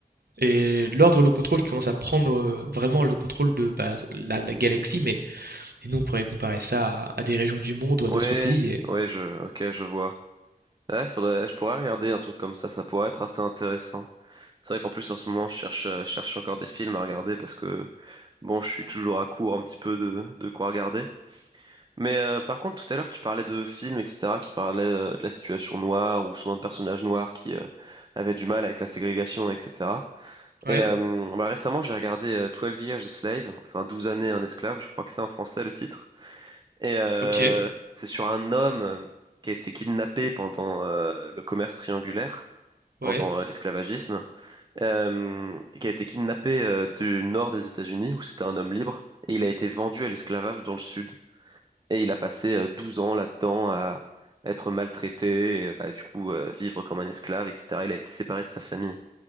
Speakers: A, on the right; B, on the right.
A: Et l'ordre, le contrôle qui commence à prendre euh, vraiment le contrôle de bah, la, la galaxie, mais et nous on pourrait comparer ça à, à des régions du monde ou à
B: Ouais,
A: d'autres pays. et-
B: ouais, je, ok, je vois. Ouais, faudrait, je pourrais regarder un truc comme ça, ça pourrait être assez intéressant. C'est vrai qu'en plus en ce moment je cherche, euh, je cherche encore des films à regarder parce que bon, je suis toujours à court un petit peu de, de quoi regarder. Mais euh, par contre, tout à l'heure, tu parlais de films, etc., qui parlaient euh, de la situation noire ou souvent de personnages noirs qui euh, avaient du mal avec la ségrégation, etc.
A: Ouais,
B: Et euh, bah, récemment, j'ai regardé euh, 12 Years a Slave, enfin Douze années un esclave, je crois que c'est en français le titre. Et euh,
A: ok,
B: c'est sur un homme euh, qui a été kidnappé pendant euh, le commerce triangulaire, pendant
A: ouais.
B: euh, l'esclavagisme, euh, qui a été kidnappé euh, du nord des États-Unis, où c'était un homme libre, et il a été vendu à l'esclavage dans le sud. Et il a passé euh, 12 ans là-dedans à être maltraité, et, bah, du coup euh, vivre comme un esclave, etc. Il a été séparé de sa famille.